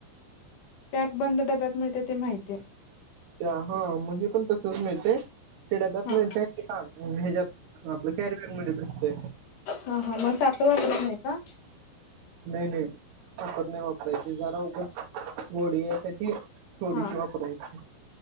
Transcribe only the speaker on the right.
त्या हा मग हे पण तसच मिळतेय ते ड्याब्यात
मिळते हेज्यात आपलं कॅरिबॅग मध्ये भेटते.
नाही नाही साखर नाही वापरायची जरा उघच गोडी या सा ठी थोडीशी
वापरायची.